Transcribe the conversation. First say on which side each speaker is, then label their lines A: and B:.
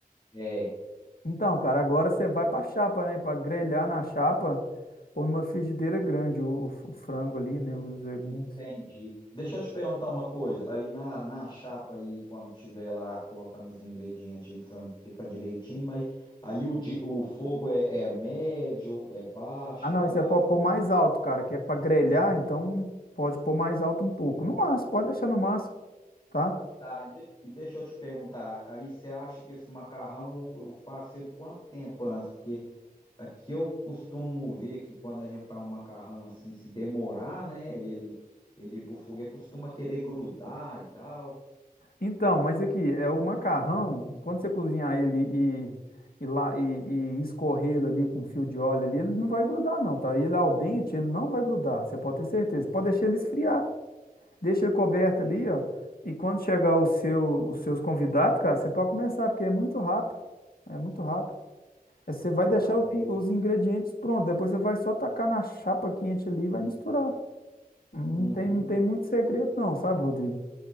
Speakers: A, on the left (about 35°); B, on the left (about 80°).
A: é,
B: Então, cara, agora você vai pra chapa, né? Pra grelhar na chapa ou numa frigideira grande o, o frango ali, né? Os legumes.
A: entendi. Deixa eu te perguntar uma coisa. Aí na, na chapa aí, quando tiver lá colocando os ingredientes aí, que você vai me explicar direitinho, mas aí o, di- o fogo é, é médio, é baixo,
B: Ah, não.
A: é alto.
B: Isso é pra pôr mais alto, cara. Que é pra grelhar, então pode pôr mais alto um pouco. No máximo, pode deixar no máximo, tá?
A: Tá, e, de- e deixa eu te perguntar, aí você acha que esse macarrão eu, eu faço ele quanto tempo antes? Porque Aqui eu costumo ver que quando a gente faz um macarrão assim, se demorar, né? Ele, ele pro foguete costuma querer grudar e tal.
B: Então, mas aqui, é o macarrão, quando você cozinhar ele e, e, lá, e, e escorrer ele ali com fio de óleo ali, ele não vai grudar não, tá? Ele ao dente, ele não vai grudar, você pode ter certeza. Pode deixar ele esfriar, deixa ele coberto
A: Sim.
B: ali, ó, e quando chegar o seu, os seus convidados, cara, você pode começar, porque é muito rápido, é muito rápido. É, Você vai deixar
A: Ah, não.
B: os, in-
A: tem-
B: os ingredientes prontos, depois você vai só tacar na chapa quente ali e vai misturar. Não
A: Uhum.
B: tem, não tem muito segredo não, sabe, Rodrigo?